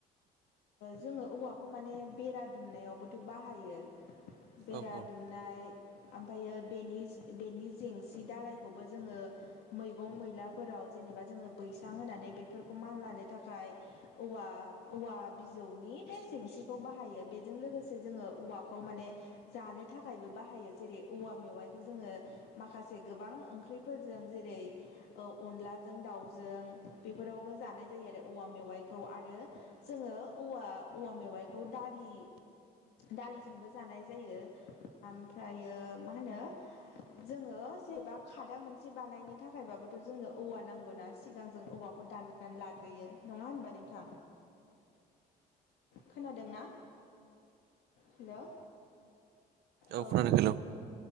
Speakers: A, on the left; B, on the right.
A: जोङो औवाखौ माने बेरा दुमनायावबोथ' बाहायो बेरा
B: औ औ
A: दुमनाय ओमफ्रायो बेनि बेनि जेंसि दालाय खौबो जोङो मैगं मैलाफोराव जेनेबा जोङो बैसां होनानै बेफोरखौ मानलानो थाखाय औवा औवा बिजौनि बे जेंसिखौ बाहायो बेजों लोगोसे जोङो औवाखौ माने जानो थाखायबो बाहायो जेरै औवा मेवाइखौ जोङो माखासे गो बां ओंख्रैफोरजों जेरै औ अनलाजों दाउजों बेफोरावबो जानाय जायो आरो औवा मेवाइखौ आरो जोङो औवा औवा मेवाइखौ दालि दालिजोंबो जानाय जायो ओमफ्रायो मा होनो जोङो जेनेबा खादा मोनसे बानायनो थाखायबाबोथ' जोंनो औवा नांगौ ना सिगां जों औवाखौ दान नानै लाग्रोयो नङा होनबा नोंथां खोनादोंना हेलौ
B: औ
A: ओ
B: खोनादों हेलौ